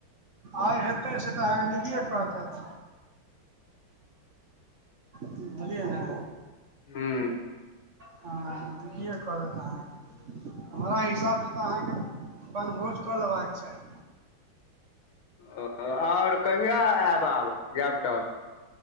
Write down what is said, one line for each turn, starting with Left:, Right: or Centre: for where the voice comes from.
Right: आइ हेतै से तऽ अहाँके दीदिए कहतैत बुझलिए ने
Left: हँ
Right: हँ दीदीए कऽ तैत अहाँके हमरा हिसाबसँ तऽ अहाँके बनभोज कऽ लेबाक चाही
Left: ओ आओर कहिआ आएब आब जायब तऽ